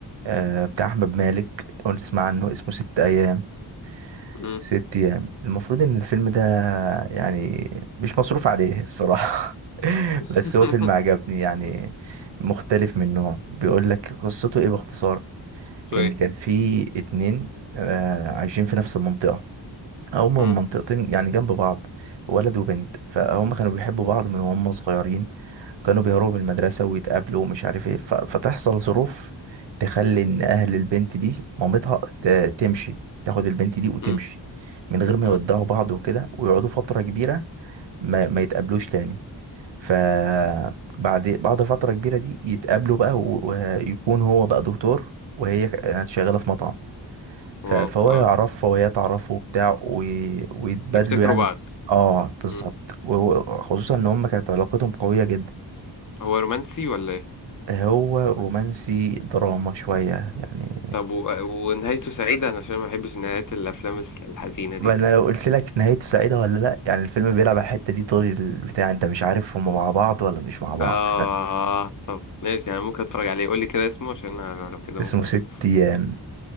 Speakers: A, on the right (about 85°); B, on the left (about 45°).
A: آه بتاع احمد مالك لو أنت تسمع عنه اسمه ست ايام
B: مم.
A: ست ايام المفروض ان الفيلم ده يعني مش مصروف عليه الصراحة <laughs>
B: <laughs>
A: بس هو فيلم عجبني يعني مختلف من نوع بيقول لك قصته ايه باختصار
B: تو
A: ان
B: ايه
A: كان في اتنين آه عايشين في نفس المنطقة هما
B: مم.
A: من منطقتين يعني جنب بعض ولد وبنت فهم كانوا بيحبوا بعض من وهم صغيرين كانوا بيهربوا من المدرسة ويتقابلوا ومش عارف ايه ف- فتحصل ظروف تخلي ان اهل البنت دي مامتها ت- تمشي تاخد البنت دي وتمشي
B: مم.
A: من غير ما
B: مم.
A: يودعوا بعض وكده ويقعدوا فترة كبيرة ما, ما يتقابلوش تاني ف بعد بعد فترة كبيرة دي يتقابلوا بقى و- ويكون هو بقى دكتور وهي كانت شغالة في مطعم ف-
B: واو
A: فهو يعرفها
B: اه
A: وهي تعرفه وبتاع وي- ويتبادلوا
B: يفتكروا
A: يعني
B: بعض
A: اه بالظبط
B: مم.
A: وخصوصا ان هما كانت علاقتهم قوية جدا
B: هو رومانسي ولا ايه
A: هو رومانسي دراما شوية يعني
B: طب و... ونهايته سعيده انا عشان ما بحبش نهايات الافلام الس- الحزينه
A: ما
B: دي
A: انا لو قلت لك نهايته سعيدة ولا لا يعني الفيلم بيلعب على الحتة دي طول البتاع انت مش عارف هما مع بعض ولا مش مع بعض
B: اه
A: <laughs>
B: طب ماشي انا ممكن اتفرج عليه قول لي كده اسمه عشان أنا لو كده
A: اسمه
B: ممكن اشوف
A: ست ايام